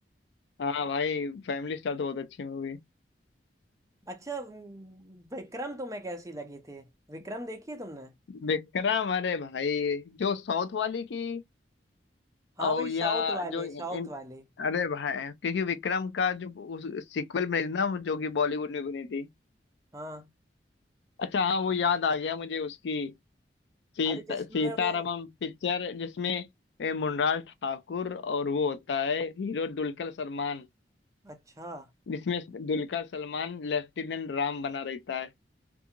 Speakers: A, on the left; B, on the right.
A: हाँ भाई फैमिली स्टार तो बहुत अच्छी मूवी
B: अच्छा उम, विक्रम तुम्हें कैसी लगी थी विक्रम देखी है तुमने
A: विक्रम अरे भाई जो साउथ वाली की
B: हाँ
A: और
B: वही
A: या
B: साउथ वाली
A: जो इन,
B: साउथ वाली
A: अरे भाई क्योंकि विक्रम का जो उस सीक्वल बनी थी ना जो कि बॉलीवुड में बनी थी
B: हाँ
A: अच्छा हाँ वो याद आ गया मुझे उसकी सीता
B: अरे जिसमें
A: सीतारामम
B: वो
A: पिक्चर जिसमें ए, मुनलाल ठाकुर और वो होता है हीरो दुलकर सलमान
B: अच्छा
A: जिसमें दुलकर सलमान लेफ्टिनेंट राम बना रहता है